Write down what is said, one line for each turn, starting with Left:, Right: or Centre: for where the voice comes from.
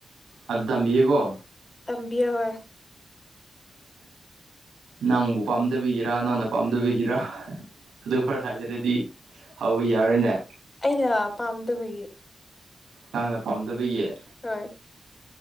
Right: ꯍꯟ ꯇꯝꯕꯤꯌꯦꯒꫭ
Left: ꯇꯝꯕꯤꯌꫭ ꯍꫭꯏ
Right: ꯅꯪꯕꯨ ꯄꯥꯝꯗꯕꯤꯒꯤꯔꯥ ꯅꯪꯅ ꯄꯥꯝꯗꯕꯤꯒꯤꯔꯥ ꯑꯗꯨ ꯐꯔ ꯍꯥꯏꯗ꯭ꯔꯗꯗꯤ ꯍꯧꯕ ꯌꯥꯔꯣꯏꯅꯦ
Left: ꯑꯩꯅ ꯄꯥꯝꯗꯕꯒꯤ
Right: ꯅꯪꯅ ꯄꯥꯝꯗꯕꯒꯤ
Left: ꯍꯣꯏ